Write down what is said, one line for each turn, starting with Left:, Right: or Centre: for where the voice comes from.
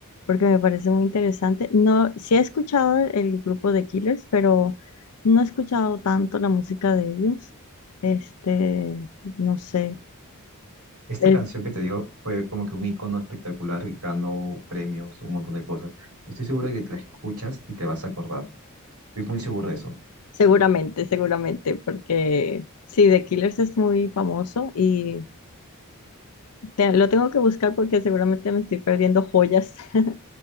Left: porque me parece muy interesante. No, sí he escuchado el grupo de Killers, pero no he escuchado tanto la música de ellos. Este, no sé.
Right: Esta
Left: Es
Right: canción que te digo fue como que un icono espectacular, ganó premios, un montón de cosas. Estoy seguro que la escuchas y te vas a acordar. Estoy muy seguro de eso.
Left: Seguramente, seguramente, porque sí, The Killers es muy famoso y te- lo tengo que buscar porque seguramente me estoy perdiendo joyas <laughs>